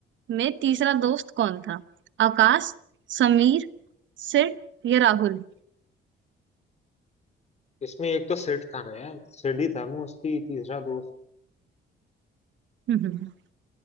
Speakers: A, on the right; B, on the left.
A: में तीसरा दोस्त कौन था आकाश समीर सिड या राहुल
B: इसमें एक तो सेठ था ना यार सेठ ही था मैं उसकी तीसरा दोस्त
A: <laughs>